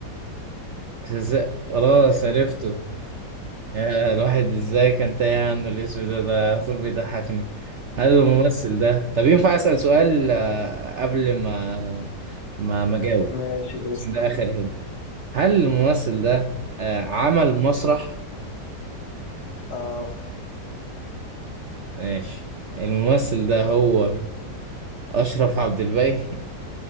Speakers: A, on the right; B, on the left.
A: إزاي- خلاص عرفته يا الواحد إزاي كان تايه عنه الاسم ده ده على طول بيضحكني هل الممثل ده طب ينفع أسأل سؤال آه، قبل ما ما ما أجاوب
B: ماشي
A: عشان
B: اسم
A: ده آخر هنا هل الممثل ده آه، عمل مسرح؟
B: اه
A: ماشي الممثل ده هو أشرف عبد الباقي